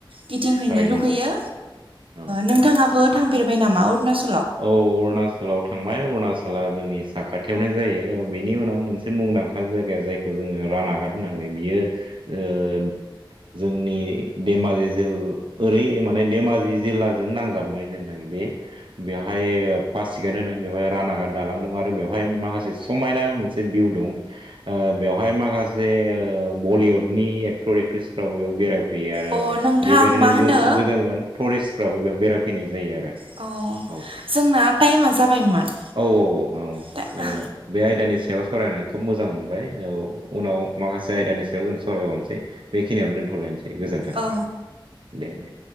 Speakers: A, on the right; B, on the right.
A: गिदिंहैनो
B: थारैनो
A: लुगैयो
B: औ
A: नोंथाङाबो थांफेरबाय नामा अरुणाचल
B: औ अरुणाचलाव थांबाय अरुणाचला जोंनि साखा खाथायावनाय जायो बेनि उनाव मोनसे मुंदांखा जायगा जायखौ जोङो रान आगाद होनाङो बियो <unintelligible> जोंनि धेमाजि जिल ओरै माने धेमाजि जिल्लाजों नांजाबनाय जोंनो बे बेवहाय पासिगाट होनो बेवहाय रानागाट दालां दं आरो बेवहाय माखासे समायना मोनसे बिउ दं बेवहाय माखासे बलिउडनि एक्टर एक्ट्रिसफ्राबो बेराय गैयो आरो
A: अ नोंथां
B: बेबायदिनो
A: मा होनो
B: गोजान गोजान फरेस्टफ्राबो बेयाव बेरायफैनाय जायो आरो
A: अ
B: औ
A: जोंना टाइमा जाबायमोन
B: औ औ औ
A: दा-
B: ओ बे आयदानि नि सायाव सारायनानै खोब मोजां मोनबाय औ उनाव माखासे आयदानि सायाव जों सावरायबावनोसै बेखिनियाव दोनथ'लायनोसै। दे गोजोन्थों
A: औ
B: ओ दे दे